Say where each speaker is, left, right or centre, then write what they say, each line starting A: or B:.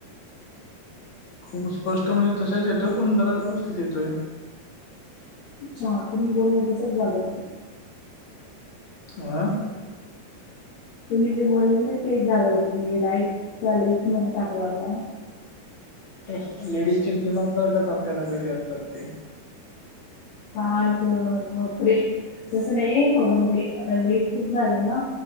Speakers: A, on the left; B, on the left.
A: खूप स्पष्ट म्हणजे तशाच येतोय पण जरा व्यवस्थित येतोय
B: अच्छा तुम्ही बोलले तसच झाल
A: आह
B: तुम्ही जे बोलले ना तेच झालं होतं मी राईट कॉलेज मध्ये टाकला होता
A: लेडीज चे दिमाग कळतात आपल्याला कसे असतात ते
B: काा जर नक तसं नाहीोघ्यामध्ये आता लेट खूप झालं ना